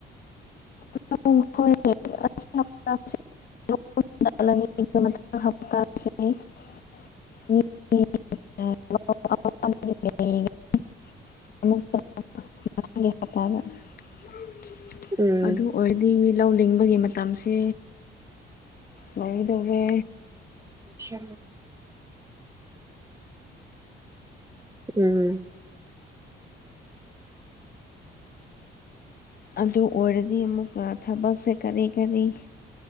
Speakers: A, on the left (about 50°); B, on the right (about 15°).
A: <unintelligible> <unintelligible> <unintelligible> <unintelligible>
B: ꯎꯝ
A: ꯑꯗꯨ ꯑꯣꯏꯗꯤ ꯂꯧ ꯂꯤꯡꯕꯒꯤ ꯃꯇꯝꯁꯤ ꯂꯧꯔꯣꯏꯗꯧꯔꯦ
B: <inaudible> ꯎꯝ
A: ꯑꯗꯨ ꯑꯣꯏꯔꯗꯤ ꯑꯃꯨꯛꯀ ꯊꯕꯛꯁꯦ ꯀꯔꯤ ꯀꯔꯤ